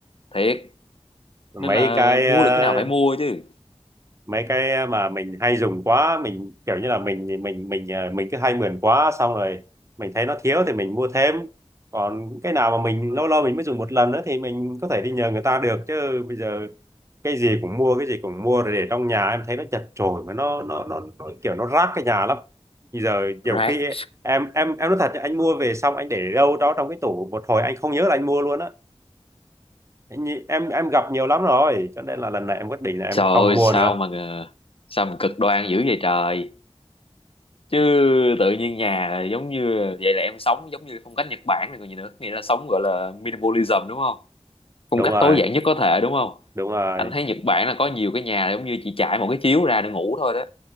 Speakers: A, on the left; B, on the right.
A: thiệt
B: mấy
A: nên là
B: cái
A: mua
B: ờ,
A: được cái nào phải mua chứ
B: mấy cái mà mình hay dùng quá mình kiểu như là mình mình mình ờ, mình cứ hay mượn quá xong rồi mình thấy nó thiếu thì mình mua thêm còn cái nào mà mình lâu lâu mình mới dùng một lần nữa thì mình có thể đi nhờ người ta được chứ bây giờ cái gì cũng mua cái gì cũng mua rồi để trong nhà em thấy nó chật chội mà nó nó nó, nó kiểu nó rác cái nhà lắm bây giờ nhiều
A: rác
B: khi ấy, em em em nói thật nhá, anh mua về xong anh để đâu đó trong cái tủ một hồi anh không nhớ là anh mua luôn á Anh nhị- em em gặp nhiều lắm rồi cho nên là lần này em quyết định là em
A: Trời ơi
B: không mua
A: sao
B: nữa
A: mà ngờ- sao mà cực đoan dữ vậy trời chứ tự nhiên nhà là giống như vậy là em sống giống như phong cách Nhật Bản này còn gì nữa nghĩa là sống gọi là minimalism đúng không phong
B: đúng
A: cách
B: rồi
A: tối giản nhất có thể đúng không
B: đúng rồi
A: anh thấy Nhật Bản là có nhiều cái nhà giống như chỉ trải một cái chiếu ra để ngủ thôi đó